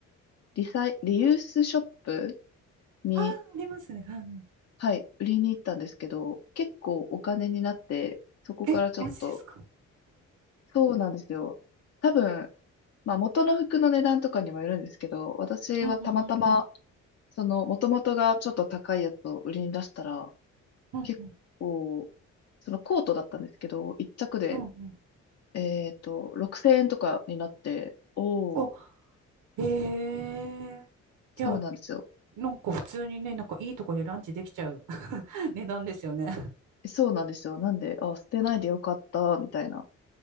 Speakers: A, on the left; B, on the right.
A: リサイ、リユースショップに、
B: ああ、ありますね。うんうん。
A: はい、売りに行ったんですけど、結構お金になって、そこからちょっと、
B: え、マジですか。
A: そうなんですよ。多分、まあ元の服の値段とかにもよるんですけど、私はたまたま、
B: うんうんうんうん。
A: その、元々がちょっと高いやつを売りに出したら、
B: うんうん。
A: 結構、そのコートだったんですけど、一着で、
B: うんうん。
A: えっと、6000円とかになって、おー、
B: お、ええ
A: そうなんですよ。
B: いや、なんか普通にね、なんかいいとこでランチできちゃう <laughs> 値段ですよね。
A: そうなんですよ。なんで、あ、捨てないでよかった、
B: <laughs>
A: みたいな